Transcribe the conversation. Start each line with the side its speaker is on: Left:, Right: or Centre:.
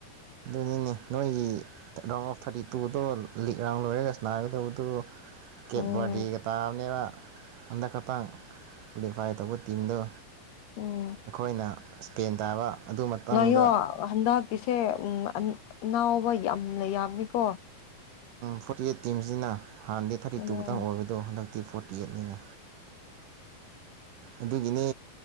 Right: ꯑꯗꯨꯅꯤꯅꯦ ꯅꯣꯏꯒꯤ ꯇ ꯔꯥꯎꯟ ꯑꯣꯐ ꯊꯥꯔꯇꯤ ꯇꯨꯗꯣ ꯂꯤꯛ ꯔꯥꯎꯟ ꯂꯣꯏꯔꯒ ꯁ꯭ꯅꯥꯒꯗꯧꯕꯗꯨ ꯀꯦꯞ
Left: ꯑꯣ
Right: ꯕꯔꯗꯦꯒ ꯇꯥꯕꯅꯦꯕ ꯍꯟꯗꯛ ꯈꯇꯥꯡ꯫ ꯀꯨꯂꯤꯐꯥꯏ ꯇꯧꯕ ꯇꯤꯝꯗꯣ
Left: ꯎꯝ
Right: ꯑꯈꯣꯏꯅ ꯁ꯭ꯄꯦꯟ ꯇꯥꯕ꯫ ꯑꯗꯨ ꯃꯇꯨꯡꯗ
Left: ꯉꯥꯏꯌꯣ ꯍꯟꯗꯛꯀꯤꯁꯦ ꯎ ꯑꯅꯥꯎꯕ ꯌꯥꯝꯅ ꯌꯥꯝꯃꯤꯀꯣ
Right: ꯐꯣꯔꯇꯤ ꯑꯩꯠ ꯇꯤꯝꯁꯤꯅ ꯍꯥꯟꯅꯗꯤ ꯊꯥꯔꯇꯤ
Left: ꯑꯣ
Right: ꯇꯨ ꯈꯛꯇꯪ ꯑꯣꯏꯕꯗꯣ ꯍꯟꯗꯛꯇꯤ ꯐꯣꯔꯇꯤ ꯑꯩꯠꯅꯤꯅ ꯑꯗꯨꯒꯤꯅꯦ